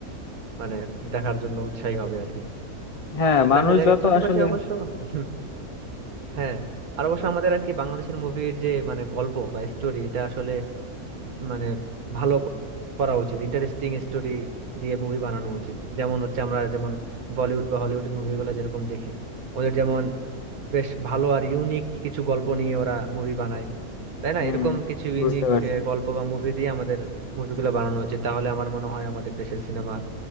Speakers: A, on the right; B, on the left.
A: মানে দেখার জন্য উৎসাহী হবে আর কি
B: হ্যাঁ মানুষ
A: দেখা যাক
B: যত
A: এর পাশাপাশি
B: আসলে
A: অবশ্য <laughs> হ্যাঁ আর অবশ্য আমাদের আর কি বাংলাদেশের মুভির যে মানে গল্প বা স্টোরি এটা আসলে মানে ভালো করা উচিত ইন্টারেস্টিং স্টোরি দিয়ে মুভি বানানো উচিত যেমন হচ্ছে আমরা যেমন বলিউড বা হলিউডের মুভিগুলো যেরকম দেখি ওদের যেমন বেশ ভালো আর ইউনিক কিছু গল্প নিয়ে ওরা মুভি বানায় তাই না
B: হুম
A: এরকম কিছু ইউনিক
B: বুঝতে পারছি
A: গল্প বা মুভি দিয়ে আমাদের মুভিগুলো বানানো উচিত তাহলে আমার মনে হয় আমাদের দেশের সিনেমা